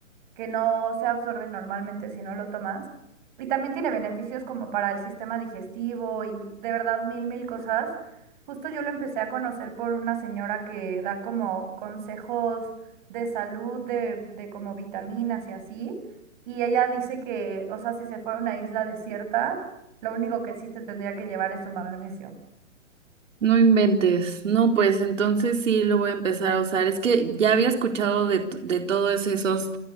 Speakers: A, on the right (about 35°); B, on the right (about 70°).
A: que no se absorbe normalmente si no lo tomas. Y también tiene beneficios como para el sistema digestivo y de verdad mil, mil cosas. Justo yo lo empecé a conocer por una señora que da como consejos de salud, de, de como vitaminas y así. Y ella dice que, o sea, si se fuera a una isla desierta, lo único que sí se tendría que llevar es su magnesio.
B: No inventes. No, pues entonces sí lo voy a empezar a usar. Es que ya había escuchado de, t- de todos esos